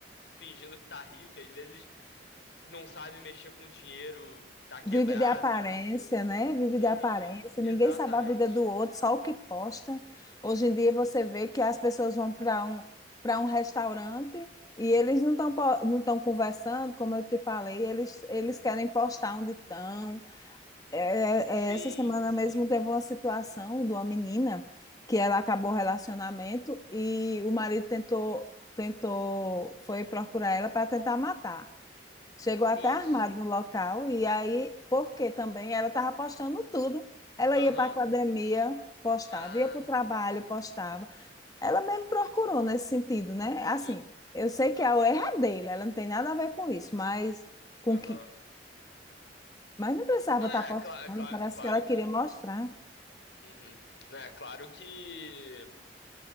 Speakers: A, on the left; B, on the left.
A: fingindo que tá rico, às vezes não sabe mexer com dinheiro, tá quebrado.
B: Vive de aparência, né? Vive
A: Uhum,
B: de aparência.
A: exatamente.
B: Ninguém sabe a vida do outro, só o que posta. Hoje em dia você vê que as pessoas vão para um, para um restaurante e eles não estão não estão conversando, como eu te falei, eles, eles querem postar onde estão. É,
A: Sim,
B: é, essa semana
A: sim.
B: mesmo teve uma situação de uma menina que ela acabou o relacionamento e o marido tentou tentou foi procurar ela para tentar matar. Chegou até
A: E
B: armado
A: Isso.
B: no local, e aí, porque também ela estava postando tudo. Ela
A: Aham.
B: ia para a academia, postava,
A: Ah.
B: ia para o trabalho, postava. Ela mesmo procurou nesse sentido, né? Assim,
A: E-
B: eu sei que
A: ah,
B: a erro é ela não tem nada a ver com isso, mas com
A: Aham.
B: que. Mas não precisava
A: Não
B: estar
A: é,
B: postando,
A: é cla- é cla-
B: parece
A: é claro
B: que ela queria
A: que.
B: mostrar.
A: Uhum. Não é, claro que.